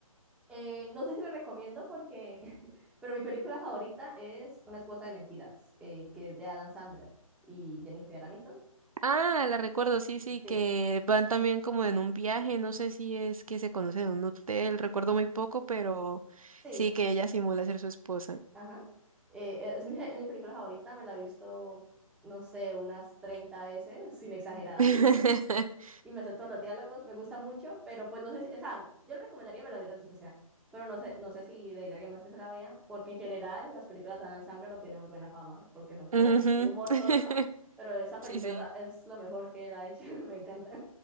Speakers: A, in the centre; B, on the right.
A: Eh, no sé si la recomiendo porque, <laughs> pero mi película favorita es Una esposa de mentiras, eh, que es de Adam Sandler y Jennifer Aniston.
B: Ah, la recuerdo, sí, sí,
A: Sí,
B: que van también como en un viaje, no sé si es que se conocen en un hotel, recuerdo muy poco, pero
A: sí,
B: sí que ella simula ser su esposa.
A: Ajá. Eh, es mi, es mi película favorita, me la he visto, no sé, unas 30 veces, sin exagerar,
B: <laughs>
A: <laughs> y me sé todos los diálogos, me gusta mucho, pero pues no sé, si- o sea, yo le recomendaría me la viera las que sea, pero no sé, no sé si le diría a alguien más que se la vea, porque en general las películas de Adam Sandler no tienen muy buena fama, porque son como
B: Ujú.
A: un humor
B: <laughs>
A: tonto, pero esa película
B: Sí, sí,
A: da- es lo mejor que él ha hecho, <laughs> me encanta.